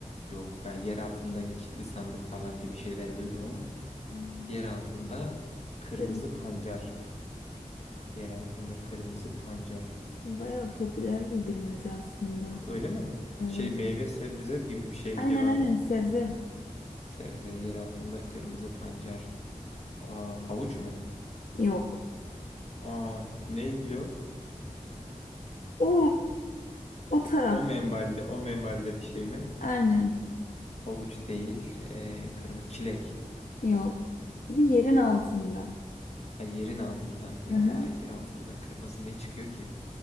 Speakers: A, on the left; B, on the left.
A: Yok ben yer altında kilitli sandık falan gibi şeyler duydum ama.
B: Hmm,
A: Yer altında kırmızı
B: Kırmızı
A: pancar.
B: pancar.
A: Yer altında kırmızı pancar.
B: Baya popüler bir bilmece aslında.
A: A- Öyle mi?
B: Evet.
A: Şey meyve sebze gibi bir şey mi
B: Aynen
A: cevabı?
B: aynen sebze.
A: Sebze yer altında kırmızı pancar. Aa havuç mu?
B: Yok.
A: Aa neydi cevap?
B: O o taraf.
A: O menbalde o menbalde bir şey mi?
B: Aynen.
A: Havuç değil. ee, kırmızı çilek.
B: Yok. Bu yerin altında.
A: Ha yerin altında. Ya
B: Aha.
A: yer altında kırmızı ne çıkıyor ki?